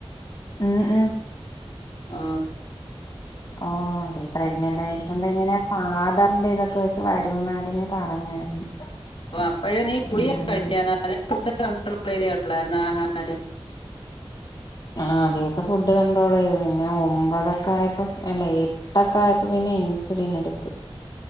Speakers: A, on the left; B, on the left.
A: ആ എ
B: ആ
A: ഓ അതെ പ്രെഗ്നന്റ് ആയിരിക്കുമ്പ ഇങ്ങന ആധറിന്റെ ഇതൊക്കെ വെച്ച് വരൂന്ന് ആദ്യമേ പറഞ്ഞായിരുന്നു
B: ഓ അപ്പഴ് നീ പുളിയൊ
A: ഉം
B: <unintelligible>
A: ആ ആദ്യക്കൊ ഫുഡ് കണ്ട്രോൾ ചെയ്ത് പിന്നെ ഒമ്പതൊക്കെ ആയപ്പ അല്ല എട്ടൊക്കെ ആയപ്പപ്പിന്നെ ഇൻസുലിൻ എടുത്ത്